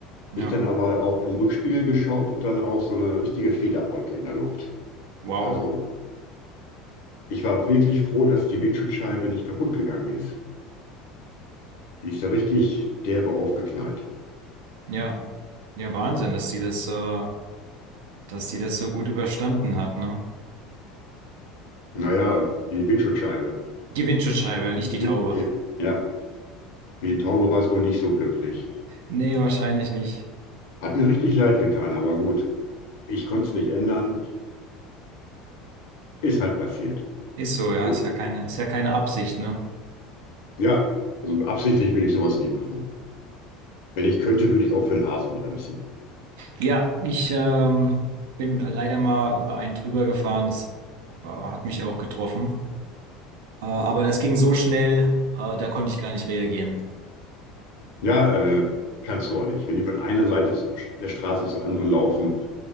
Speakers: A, on the right; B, on the left.
A: Ja,
B: Ich dann aber auch im Rückspiegel geschaut und dann auch so eine richtige Federwolke in der Luft.
A: wow.
B: Also ich war wirklich froh, dass die Windschutzscheibe nicht kaputt gegangen ist. Die ist da richtig derbe aufgeknallt.
A: Ja, ja, Wahnsinn, dass die das, äh, dass die das so gut überstanden hat, ne?
B: Naja, die Windschutzscheibe.
A: Die Windschutzscheibe,
B: <laughs>
A: nicht die Taube.
B: Ja, ja, für die Taube war es wohl nicht so glücklich.
A: Nee, wahrscheinlich nicht.
B: Hat mir richtig leid getan, aber gut. Ich konnte es nicht ändern. Ist halt passiert.
A: Ist so, ja,
B: So,
A: ist ja keine, ist ja keine Absicht, ne?
B: ja, also absichtlich will ich sowas nie machen. Wenn ich könnte, würde ich auch für den Hasen bremsen.
A: Ja, ich ähm, bin leider mal über einen drüber gefahren. Das äh, hat mich auch getroffen. Äh, aber das ging so schnell, äh, da konnte ich gar nicht reagieren.
B: Ja, äh, kannst du auch nicht. Wenn die von einer Seite s- der Straße zur anderen laufen,